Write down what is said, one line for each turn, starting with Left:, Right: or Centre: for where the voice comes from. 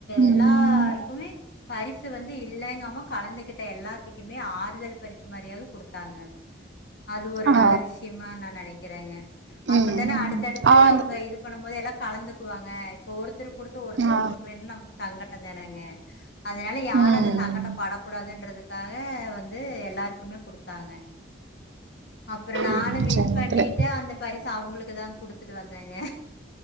Left: எல்லாருக்குமே
Right: ம்
Left: பரிஸ் சு வந்து இல்லேங்காம கலந்துகிட்ட எல்லாத்திக்குமே ஆர் தல் பறித்த மாரியாது குடுத்தாங்க அது ஒரு
Right: ஆ
Left: நல்ல விஷ்யமா நா நெனைக்கிறேங்க அப்தான
Right: ம்
Left: அடுத்தடுத்து
Right: ஆ அந்த
Left: அவங்க இது பண்ணும் போது எல்லா கலந்துக்குவாங்க இப்ப ஒருத்தர் குடுத்து ஒருத்தர்
Right: ஆ
Left: குடுக்கலன்னா நமக்கு சங்கட்டோ தானங்க அதனால யாரும்
Right: ம்
Left: அந்த சங்கட்டோ படக்கூடாதுன்றது க்காக வந் து எல்லாருக்குமே குடுத்தாங்க அப்பறோ நானு
Right: ம்
Left: வின்
Right: சரிங்க
Left: பண்ணிட்டு
Right: தோழி
Left: அந்த பரிஸ் அவுங்களுக்கு தா குடுத்து ட்டு வந்தேங்க